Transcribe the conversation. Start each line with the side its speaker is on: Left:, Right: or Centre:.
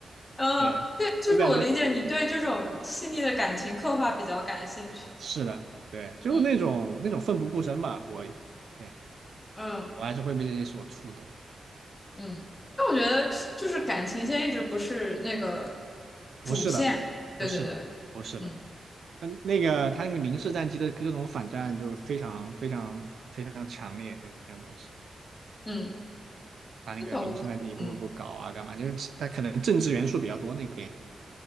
Left: 呃，
Right: 对，
Left: 对，就是我理解你对这种细腻的感情刻画比较感兴趣。
Right: 就感觉是的，对，就那种那种奋不顾身吧。
Left: 嗯
Right: 我，对，
Left: 嗯
Right: 我还是会被这些所触动。
Left: 嗯，但我觉得就是感情线一直不是那个
Right: 不是的，
Left: 主线。对对对，
Right: 不是的，不是的。
Left: 嗯
Right: 嗯，那个他那个零式战机的各种反战就是非常非常非常强烈，对那种东西。
Left: 嗯。
Right: 他那个零式战机一步步步搞啊，
Left: 那本我嗯，
Right: 干嘛？就是他可能政治元素比较多那部电影。